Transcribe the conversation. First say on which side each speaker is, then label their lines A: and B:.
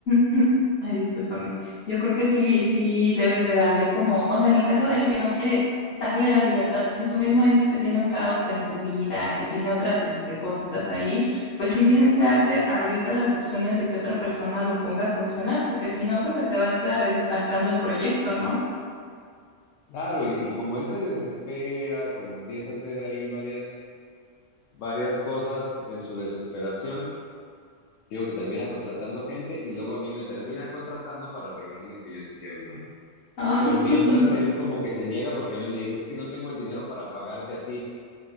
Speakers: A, on the left; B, on the left.
A: <clears throat> ay, discúlpame, yo creo que sí, sí debes de darle como, o sea, en el caso del que no quiere darle la libertad, si tú mismo dices que tiene un caos en su vida, que tiene otras este, cositas ahí, pues sí tienes que darte, abrirte a las opciones de que otra persona lo ponga a funcionar, porque si no, pues se te va a estar estancando el proyecto, ¿no?
B: Claro, y, y como él se desespera, como empieza a hacer ahí varias, varias cosas en su desesperación, digo que termina contratando gente y luego a mí me termina contratando para arreglar lo que ellos hicieron mal.
A: <laughs> Ay,
B: Pero mientras
A: no.
B: él como que se niega porque a mí me dice, es que no tengo el dinero para pagarte a ti.